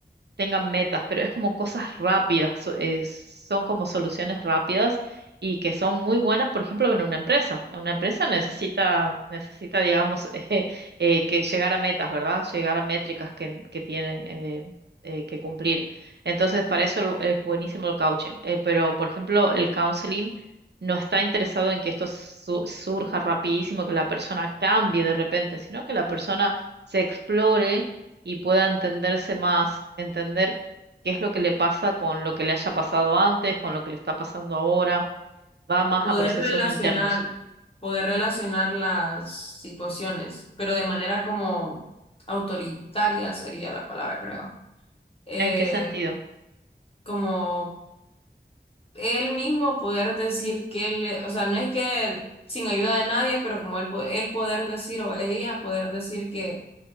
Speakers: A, on the right; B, on the left.
A: tengan metas, pero es como cosas rápidas, so- es- son como soluciones rápidas y que son muy buenas, por ejemplo, en una empresa. Una empresa necesita, necesita, digamos, <laughs> eh, eh, que llegar a metas, ¿verdad? Llegar a métricas que, que tiene eh, eh, que cumplir. Entonces, para eso lo- es buenísimo el coaching. Eh, pero, por ejemplo, el counseling no está interesado en que esto su- surja rapidísimo, que la persona cambie de repente, sino que la persona se explore y pueda entenderse más, entender qué es lo que le pasa con lo que le haya pasado antes, con lo que le está pasando ahora, va más
B: poder
A: a procesos
B: relacionar,
A: internos.
B: poder relacionar
A: Ujú.
B: las situaciones, pero de manera como autoritaria sería la palabra, creo. Eh,
A: ¿En qué sentido?
B: como él mismo poder decir que él, o sea, no es que sin ayuda de nadie, pero como él, po- él poder decir o ella poder decir que